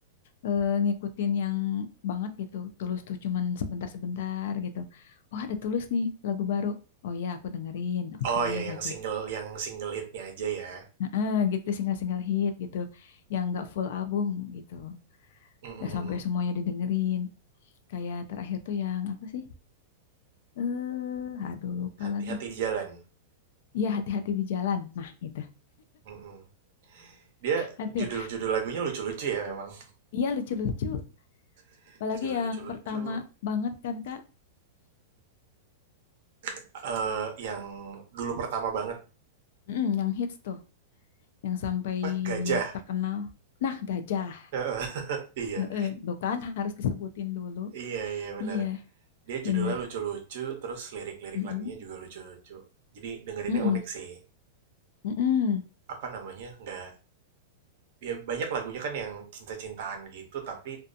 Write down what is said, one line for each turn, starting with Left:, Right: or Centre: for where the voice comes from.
Left: eh, ngikutin yang banget gitu. Tulus tuh cuman sebentar-sebentar gitu. Oh, ada Tulus nih, lagu baru. Oh ya, aku dengerin. Oke,
Right: Oh ya yang
Left: gitu.
Right: single yang single hitnya aja ya.
Left: Nah, eh, gitu single-single hit gitu. Yang nggak full album gitu.
Right: Mhm
Left: Gak
Right: mhm.
Left: sampai semuanya didengerin. Kayak terakhir tuh yang apa sih? Eh, aduh lupa
Right: Hati-hati
Left: lagi.
Right: di jalan.
Left: Iya, hati-hati di jalan. Nah, itu.
Right: Mhm. Dia
Left: Ada.
Right: judul-judul lagunya lucu-lucu ya memang.
Left: Iya, lucu-lucu.
Right: <laughs>
Left: Apalagi
Right: Judulnya
Left: yang
Right: lucu-lucu.
Left: pertama banget kan, Kak?
Right: Eh, yang dulu pertama banget
Left: Mm, yang hits tuh, yang sampai
Right: apa Gajah
Left: dia terkenal. Nah, gajah.
Right: Heeh, iya
Left: Heeh, tuh kan harus disebutin dulu.
Right: iya iya benar
Left: Iya,
Right: dia judulnya
Left: bener.
Right: lucu-lucu terus lirik-lirik
Left: Mm-mm.
Right: lagunya juga lucu-lucu jadi dengerinnya
Left: Mm-mm.
Right: unik sih
Left: Mm-mm.
Right: apa namanya nggak ya banyak lagunya kan yang cinta-cintaan gitu tapi